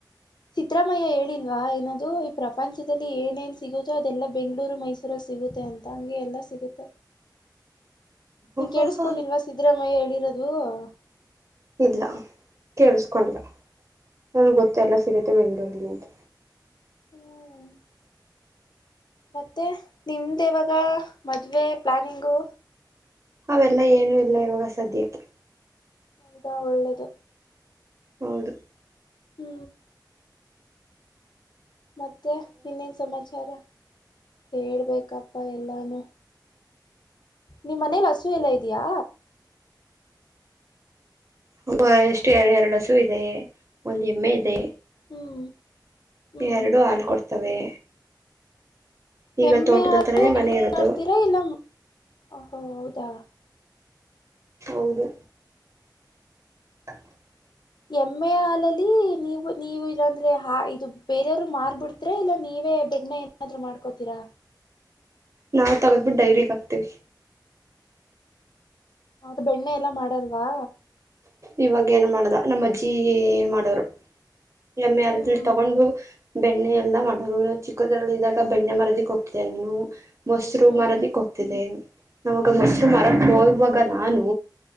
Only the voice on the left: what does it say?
ಸಿದ್ದರಾಮಯ್ಯ ಹೇಳಿಲ್ವಾ ಏನದು ಈ ಪ್ರಪಂಚದಲ್ಲಿ ಏನೇನ್ ಸಿಗುದೊ ಅದೆಲ್ಲಾ ಬೆಂಗ್ಗಳೂರು ಮೈಸೂರ ಸಿಗುತ್ತೆ ಅಂತ ಹಂಗೆ ಎಲ್ಲ ಸಿಗುತ್ತೆ ನಿನ್
ಕೇೇಳಿಸಕೊಂಡಿಲ್ವಾ ಸಿದ್ದರಾಮಯ್ಯ ಹೇಳ ಹು
ಹ್ ಮತ್ತೆ ನಿಮ್ದು ಯಾವಾಗಾ ಮದುವೆ ಪ್ಲಾನಿಂಗು
ಹೌದಾ ಒಳ್ಳೇದು
ಹೂಂ ಮತ್ತೆ ಇನ್ನೇನ್ ಸಮಾಚಾರ ಹೇಳ್ಬೇಕು ಸಾಕ್ಕಪ್ಪ ಎಲ್ಲಾನು ನಿಮ್ಮ ಮನೇಲಿ ಹಸು ಎಲ್ಲಾ ಇದೆಯಾ
ಹ್ಮ್ ಹ್ಮ್
ಎಮ್ಮೆ
ಹಾಲು
ಬೆಣ್ಣೆ
ಮಾಡ್ತೀರಾ ಇಲ್ಲ ಹೌದಾ
ಎಮ್ಮೆ ಹಾಲಲ್ಲಿ ನೀವು ನೀವು ಇಲ್ಲಂದ್ರೆ ಹಾ ಇದು ಬೇರೆಯವರು ಮಾರಿ ಬಿಡ್ತಿರಾ ಇಲ್ಲಾ ನಿವೆ ಬೆಣ್ಣೆ ಏನಾದ್ರೂ ಮಾಡ್ಕೋತೀರಾ
ಹೌದು ಬೆಣ್ಣೆ ಎಲ್ಲಾ ಮಾಡಲ್ವಾ
ಹ್ಮ್
ಹ್ಮ್
ಹ್ಮ್